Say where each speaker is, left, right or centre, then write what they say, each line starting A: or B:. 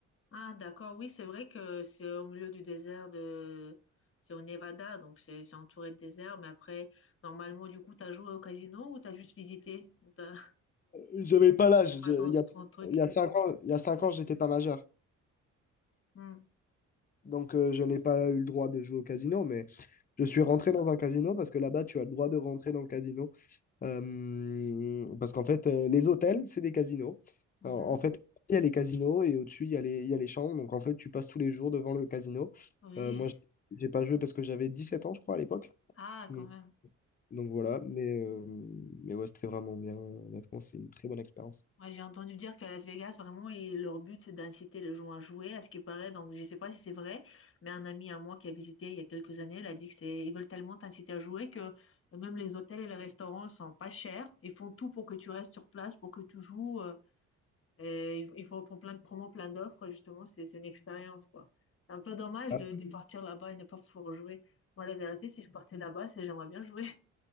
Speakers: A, on the left (about 45°); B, on the left (about 30°).
A: Ah, d'accord, oui, c'est vrai que c'est au milieu du désert de... C'est au Nevada, donc c'est c'est entouré de désert, mais après, normalement, du coup, t'as joué au casino ou t'as juste visité? Ou t'as-
B: J'avais pas l'âge.
A: C'est pas
B: Je-
A: ton,
B: Il y a,
A: ton truc.
B: il y a 5 ans, il y a cinq ans, j'étais pas majeur.
A: Hmm.
B: Donc, euh, je n'ai pas eu le droit de jouer au casino, mais je suis rentré dans un casino parce que là-bas, tu as le droit de rentrer dans le casino. Euh, parce qu'en fait, euh, les hôtels, c'est des casinos.
A: Mhm.
B: En, en fait, il y a les casinos et au-dessus, il y a les, il y a les chambres. Donc, en fait, tu passes tous les jours devant le casino.
A: Oui.
B: Euh, moi, j'ai j'ai pas joué parce que j'avais 17 ans, je crois, à l'époque.
A: Ah,
B: Donc,
A: quand même.
B: donc voilà, mais, euh, mais ouais, c'était vraiment bien. Honnêtement, c'est une très bonne expérience.
A: Ouais, j'ai entendu dire qu'à Las Vegas, vraiment, et leur but, c'est d'inciter les gens à jouer, à ce qui paraît. Donc, je ne sais pas si c'est vrai, mais un ami à moi qui a visité il y a quelques années, il a dit que c'est, ils veulent tellement t'inciter à jouer que même les hôtels et les restaurants sont pas chers. Ils font tout pour que tu restes sur place, pour que tu joues. euh, et ils, ils font, font plein de promos, plein d'offres. Justement, c'est, c'est une expérience, quoi. C'est un peu dommage
B: Ah,
A: de, de partir là-bas et ne pas pouvoir jouer. Moi, la vérité, si je partais là-bas, c'est j'aimerais bien jouer.